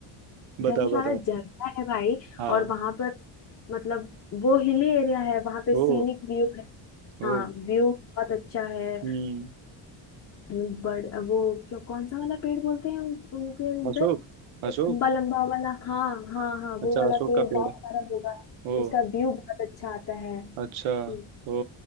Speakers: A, on the right; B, on the left.
A: बताओ
B: धर्मशाला
A: बताओ
B: जगह है भाई
A: हाँ
B: और वहां पर मतलब वो हिली एरिया है वहां पे
A: ओ
B: सीनिक व्यू है हाँ
A: ओ
B: व्यू बहुत अच्छा है
A: हम्म
B: बड़ वो क्या कौन सा वाला पेड़ बोलते हैं उस- उनके उधर
A: अशोक अशोक
B: लंबा लंबा वाला हाँ हाँ हाँ
A: अच्छा
B: वो वाला
A: अशोक
B: पेड़
A: का
B: बहुत
A: पेड़
B: सारा होगा
A: ओ
B: उसका व्यू बहुत अच्छा आता है हम्म,
A: अच्छा ओ